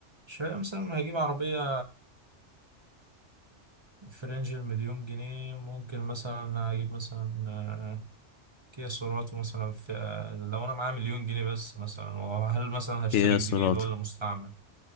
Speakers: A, on the right (about 25°); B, on the left (about 75°).
A: شوية مثلا هجيب عربية في رينج المليون جنيه ممكن مثلا أجيب مثلا كيا سيراتو مثلا في لو انا معايا مليون جنيه بس مثلا وهل مثلا هشتري
B: ايه يا
A: جديد
B: سرعة
A: ولا مستعمل